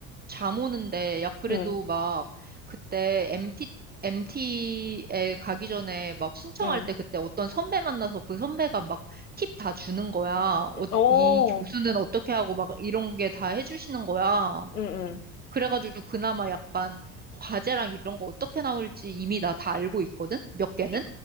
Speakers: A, on the right; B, on the left.
A: 잠 오는데, 야, 그래도
B: 응,
A: 막, 그때 MT, MT에 가기 전에 막 신청할
B: 응.
A: 때 그때 어떤 선배 만나서 그 선배가 막 팁 다 주는 거야. 어,
B: 어,
A: 이 교수는
B: 응,
A: 어떻게 하고 막 이런 게 다 해주시는 거야.
B: 응.
A: 그래가지고 그나마 약간 과제랑 이런 거 어떻게 나올지 이미 나 다 알고 있거든? 몇 개는?
B: 조-